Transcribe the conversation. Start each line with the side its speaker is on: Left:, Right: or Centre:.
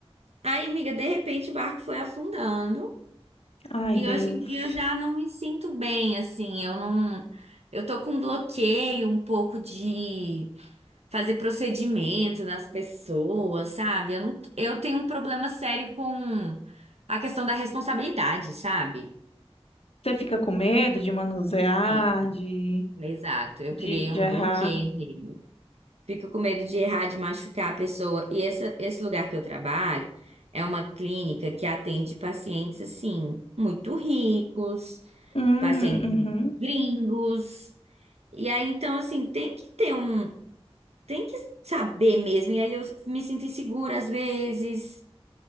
Right: Aí, amiga, de repente o barco foi afundando.
Left: Ai,
Right: E
Left: Deus.
Right: hoje em dia eu já não me sinto bem, assim, eu não. Eu tô com bloqueio um pouco de fazer procedimento nas pessoas, sabe? Eu não, eu tenho um problema sério com a questão da responsabilidade, sabe?
Left: Você fica com medo de manusear,
Right: Sim.
Left: de,
Right: Exato, eu
Left: de,
Right: criei um
Left: de errar?
Right: bloqueio nele. Fico com medo de errar, de machucar a pessoa. E essa, esse lugar que eu trabalho é uma clínica que atende pacientes, assim, muito ricos,
Left: Hum,
Right: pacientes
Left: uhum.
Right: gringos. E aí, então, assim, tem que ter um. Tem que saber mesmo. E aí eu me sinto insegura às vezes.